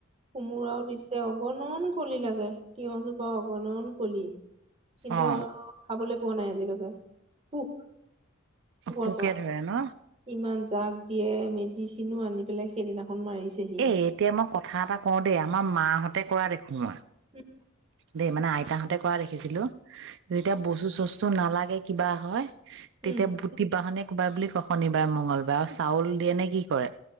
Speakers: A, on the right; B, on the right.
A: কোমোৰাও দিছে অগণন কলি লাগে তিয়হজোপা অগণন কলি কিন্তু
B: অ',
A: খাবলৈ পোৱা নাই আজিলৈকে পোক পোকৰ
B: পোকে
A: পৰা
B: ধৰে ন?
A: ইমান জাক দিয়ে মেডিচিনো আনি পেলাই সেইদিনাখন মাৰিছেহি
B: এই এতিয়া মই কথা এটা কওঁ দেই আমাৰ মাহঁতে কৰা দেখো মই
A: উম
B: দেই মানে আইতাহঁতে কৰা দেখিছিলো যেতিয়া বস্তু চস্তু নালাগে কিবা হয় তেতিয়া
A: উম
B: বুটি বাহনে কোবাই বুলি কয় শনিবাৰ মঙগলবাৰে, আৰু চাউল দিয়ে নে কি কৰে?